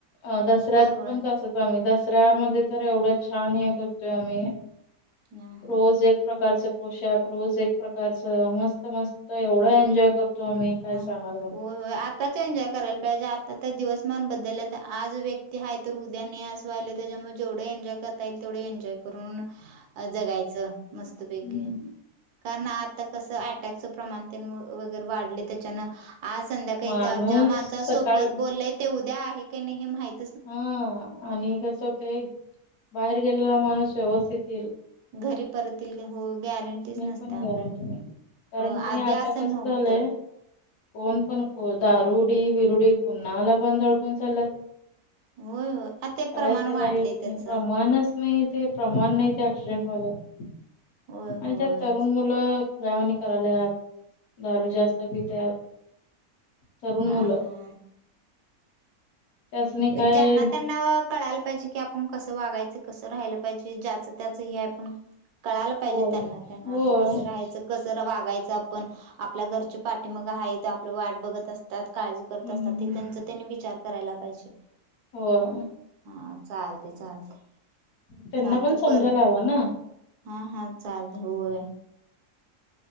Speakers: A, on the left (about 75°); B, on the right (about 80°).
A: अ दसऱ्यात
B: होय होय
A: पण त आम्ही दसऱ्यामध्ये तर एवढं छान हे करतोय, आम्ही
B: हा हा
A: रोज एक प्रकारच पोशाख, रोज एक प्रकारचं मस्त, मस्त, एवढं एन्जॉय करतो आम्ही.
B: हम्म,
A: काय सांगायला नको
B: हो-हो, आ आत्ताच एन्जॉय करायला पाहिजे, आता दिवसमान बद्दल, आज व्यक्ती हा तर उद्या नाही त्याच्यामुळे जेवढे एन्जॉय करता येईल, तेवढे एन्जॉय करून जगायचं. मस्तपैकी,
A: हम्म.
B: कारण आता कस, अटॅकचं प्रमाण वगैरे वाढले त्याच्यान, आज संध्याकाळी
A: माणूस
B: त्या ज्या माणसासोबत
A: सकाळी
B: बोलले, ते उद्या आहे, की नाही माहित.
A: हा आणि कस होतय, बाहेर गेलेला, माणूस व्यवस्थित येईल
B: घरी परतील येतील हो गॅरंटीच
A: हे
B: नसत,
A: पण गॅरंटी नाही कारण
B: आधी
A: की नाही आता
B: असं
A: कसं
B: नव्हतं.
A: झालंय कोण पण, को दारुडी, विरुडी कून्हाला पण धडकून चालल्यात.
B: होय होय आ ते
A: काय,
B: प्रमाण
A: त्याला
B: वाढलय
A: हेच नाही,
B: त्याचं
A: प्रमाणच नाही, ते प्रमाण नाही, ते ऍक्सिडेंट हॉल्यात.
B: होय
A: आणि
B: होय
A: त्यात तरुण मुलं खुळ्यावानी करायल्यात, दारू जास्त पित्यात तरुण
B: हा
A: मुलं
B: हा
A: त्यासनी काय
B: ज्यांना, त्यांना कळायला पाहिजे, की आपण कसं वागायच, कसं राहायलं पाहिजे, ज्याचं त्याच हे आहे पण कळायला पाहिजे,
A: होय
B: त्यांना त्यांना
A: होय
B: ते कसं
A: हम्म
B: राहायचं कस वागायचं, आपण आपल्या घरची पाठीमागं हायती आपल्या वाट बघत, असं तात काळजी करत असतात,
A: हम्म हम्म.
B: ते त्यांचा त्यांनी विचार करायला पाहिजे.
A: होय
B: हा चालतंय, चालतंय,
A: त्यांना
B: चालते
A: पण समजायला
B: पर
A: हवं ना
B: हा, हा, चालत होय,